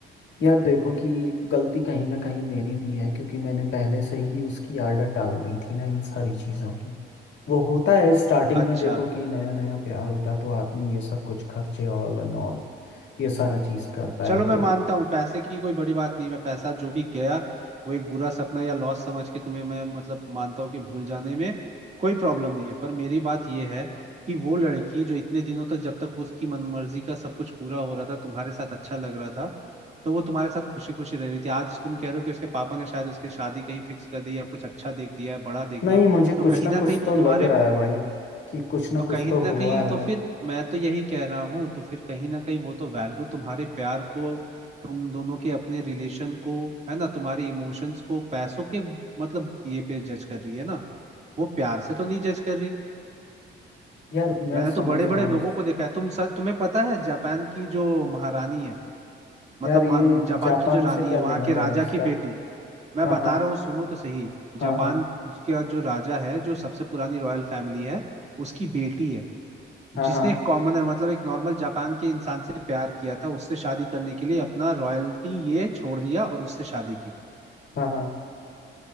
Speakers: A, on the left; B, on the right.
A: यार देखो कि गलती कहीं ना कहीं मेरी भी है क्योंकि मैंने पहले से ही उसकी आदत डाल दी थी ना इन सारी चीज़ों की वो होता है स्टार्टिंग
B: अच्छा
A: में देखो कि नया नया प्यार होता है तो आदमी ये सब कुछ खर्चे ऑल एंड ऑल ये सारा चीज़
B: हम्म
A: करता
B: चलो
A: है तो
B: मैं मानता हूँ पैसे की कोई बड़ी बात नहीं मैं पैसा जो भी गया वो एक बुरा सपना या लॉस समझ के तुम्हें मैं मतलब मानता हूँ कि भूल जाने में कोई प्रॉब्लम नहीं है पर मेरी बात यह है कि वो लड़की जो इतने दिनों तक जब तक उसकी मनमर्जी का सब कुछ पूरा हो रहा था तुम्हारे साथ अच्छा लग रहा था तो वो तुम्हारे साथ खुशी खुशी रह रही थी आज तुम कह रहे हो कि उसके पापा ने शायद उसकी शादी कहीं फिक्स कर दी या कुछ अच्छा देख दिया है बड़ा देख
A: नहीं
B: दिया
A: मुझे कुछ
B: तो कहीं
A: ना
B: ना
A: कुछ
B: कहीं वो
A: तो
B: तुम्हारे
A: लग रहा है भाई कि कुछ ना
B: तो
A: कुछ
B: कहीं
A: तो
B: ना
A: हुआ
B: कहीं
A: है
B: तो फिर मैं तो यही कह रहा हूँ तो फिर कहीं ना कहीं वो तो वैल्यू तुम्हारे प्यार को तुम दोनों के अपने रिलेशन को है ना तुम्हारे इमोशंस को पैसों के मतलब ये पे जज कर रही है ना वो प्यार से तो नहीं जज कर रही
A: यार मैं
B: मैंने तो
A: समझ
B: बड़े
A: रहा
B: बड़े
A: हूँ
B: लोगों को देखा है तुम स- तुम्हें पता है जापान की जो महारानी है मतलब
A: यार
B: मा-
A: ये
B: जापान
A: जापान
B: की जो रानी
A: से क्या
B: है वहां
A: लेना
B: के
A: देना
B: राजा
A: इसका
B: की बेटी मैं
A: हाँ
B: बता
A: हाँ
B: रहा हूँ सुनो तो सही
A: हाँ
B: जापान
A: हाँ
B: का जो राजा है जो सबसे पुरानी रॉयल फैमिली है उसकी बेटी है जिसने
A: हाँ हाँ
B: एक कॉमनर मतलब एक नॉर्मल जापान के इंसान से प्यार किया था उससे शादी करने के लिए अपना रॉयल्टी ये छोड़ दिया और उससे शादी की
A: हाँ हाँ